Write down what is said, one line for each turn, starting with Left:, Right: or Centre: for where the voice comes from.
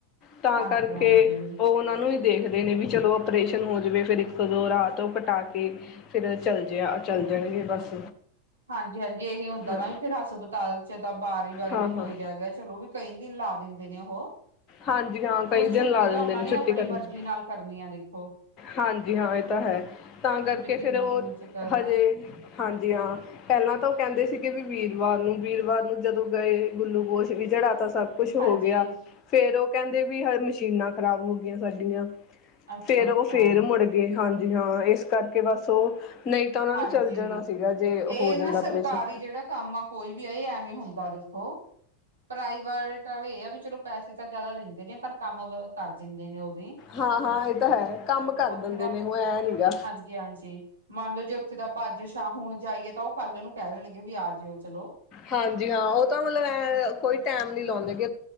Left: ਤਾਂ
Right: ਹਾਂਜੀ-ਹਾਂਜੀ।
Left: ਕਰਕੇ ਉਹ ਉਹਨਾਂ ਨੂੰ ਨੂੰ ਵੀ ਦੇਖਦੇ ਨੇ ਵੀ ਚਲੋ ਆਪਰੇਸ਼ਨ ਹੋ ਜਾਵੇ, ਫਿਰ ਇੱਕ ਦੋ ਰਾਤ ਉਹ ਕਟਾ ਤੇ, ਫੇਰ ਚੱਲ ਜ ਚੱਲ ਜਾਣਗੇ ਬਸ
Right: ਹਾਂਜੀ ਹਾਂਜੀ ਇਹੀ ਹੁੰਦਾ
Left: ਹਾਂ
Right: ਨਾ ਵੀ ਫਿਰ ਹਸਪਤਾਲ ਚ ਤਾਂ ਵਾਰੀ ਵਾਰੀ
Left: ਹਾਂ
Right: ਵੀ ਕੋਈ
Left: ਹਾਂ
Right: ਰਹਿ ਗਿਆ, ਚਲੋ ਵੀ ਕਈ ਦਿਨ ਭਾ ਦਿੰਦੇ ਨੇ ਉਹ।
Left: ਹਾਂਜੀ ਹਾਂ
Right: ਕਿਉਂਕਿ,
Left: ਕਈ ਦਿਨ
Right: ਛੁੱਟੀ
Left: ਲਾ
Right: ਤਾਂ
Left: ਦਿੰਦੇ
Right: ਉਹਨਾਂ ਨੇ
Left: ਛੁੱਟੀ
Right: ਆਪਣੀ
Left: ਕਰਨ
Right: ਮਰਜ਼ੀ
Left: ਚ
Right: ਨਾਲ ਕਰਨੀ ਆ ਦੇਖੋ।
Left: ਹਾਂਜੀ ਹਾਂ ਇਹ ਤਾਂ ਹੈ ਤਾਂ ਕਰਕੇ
Right: ਵੀ ਤਿੰਨ
Left: ਫੇਰ ਉਹ
Right: ਦਿਨ ਚ ਕਰਨ
Left: ਹਜੇ ਹਾਂਜੀ ਹਾਂ। ਪਹਿਲਾਂ ਤਾਂ ਉਹ ਕਹਿੰਦੇ ਸੀਗੇ ਵੀ ਵੀਰਵਾਰ ਨੂੰ ਵੀਰਵਾਰ ਨੂੰ ਜਦੋਂ ਗਏ ਗੁੱਲੂਕੋਸ਼ ਵੀ ਚੜਾ ਤਾ। ਸਭ ਕੁਛ ਹੋ
Right: ਹਾਂਜੀ
Left: ਗਿਆ ਫੇਰ ਉਹ ਕਹਿੰਦੇ ਵੀ ਹ ਮਸ਼ੀਨਾਂ ਖ਼ਰਾਬ ਹੋ ਗਈਆਂ ਸਾਡੀਆਂ।
Right: ਅੱਛਾ-ਅੱਛਾ।
Left: ਫੇਰ ਉਹ ਫੇਰ ਮੁੜ ਗਏ ਹਾਂਜੀ ਹਾਂ ਇਸ ਕਰਕੇ ਬਸ ਉਹ ਨਹੀਂ ਤਾਂ ਉਹਨਾ
Right: ਹਾਂਜੀ
Left: ਨੇ ਚੱਲ ਜਾਣਾ ਸੀਗਾ। ਜੇ
Right: ਇਹ
Left: ਹੋ ਜਾਂਦਾ
Right: ਨਾ ਸਰਕਾਰੀ
Left: ਆਪਰੇਸ਼ਨ
Right: ਜਿਹੜਾ ਕੰਮ ਆ ਕੋਈ ਵੀ ਆ ਇਹ ਐਵੇਂ ਹੁੰਦਾ ਦੱਸੋ। ਪ੍ਰਾਈਵੇਟ ਵਾਲੇ ਇਹ ਆ ਵੀ ਚਲੋ ਪੈਸੇ। ਤਾਂ ਜ਼ਿਆਦਾ ਲੈਂਦੇ ਨੇ ਪਰ ਕੰਮ ਕਰ ਦਿੰਦੇ ਨੇ ਉਹ ਵੀ।
Left: ਹਾਂ ਹਾਂ ਇਹ ਤਾਂ ਹੈ ਕੰਮ ਕਰ
Right: ਉੱਥੇ
Left: ਦਿੰਦੇ
Right: ਦਾ
Left: ਨੇ ਉਹ ਐ ਨੀ ਗਾ
Right: ਹਾਂਜੀ ਹਾਂਜੀ ਮੰਨ ਲੋ ਜੀ ਉੱਥੇ। ਆਪਾਂ ਅੱਜ ਸ਼ਾਮ ਹੁਣ ਜਾਈਏ ਤਾਂ ਉਹ ਕੱਲ ਨੂੰ ਕਹਿ ਦੇਣਗੇ ਵੀ ਆ ਜਾਇਓ ਚਲੋ।
Left: ਹਾਂਜੀ ਹਾਂ, ਉਹ ਤਾਂ ਮਤਲਬ ਐ ਕੋਈ ਟੈਮ ਨੀ ਲਾਉਂਦੇ ਗ